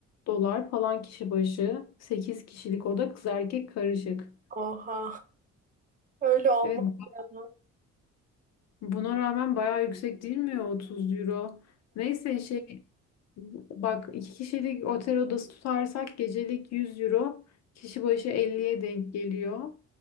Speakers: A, on the left (about 60°); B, on the right (about 25°).
A: dolar falan kişi başı 8 kişilik oda kız erkek karışık.
B: Oha. Öyle olmaz
A: Evet
B: ya.
A: buna rağmen bayağı yüksek değil mi ya 30 euro? Neyse şey Bak iki kişilik otel odası tutarsak gecelik 100 euro kişi başı elliye denk geliyor.